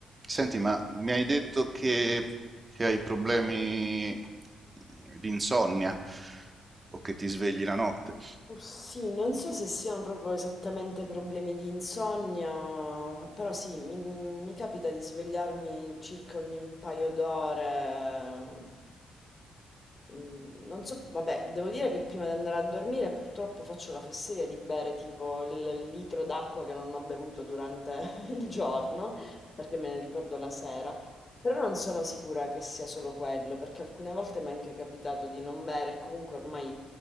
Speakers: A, on the right; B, on the left.
A: Senti, ma mi hai detto che, che hai problemi di insonnia o che ti svegli la notte?
B: Oh, Sì, non so se siano proprio esattamente problemi di insonnia, però sì, mi, mi capita di svegliarmi circa ogni paio d'ore, Mm, Non so, vabbè, devo dire che prima di andare a dormire purtroppo faccio la fesseria di bere tipo il litro d'acqua che non ho bevuto durante <laughs> il giorno, perché me ne ricordo la sera. Però non sono sicura che sia solo quello, perché alcune volte mi è anche capitato di non bere e comunque ormai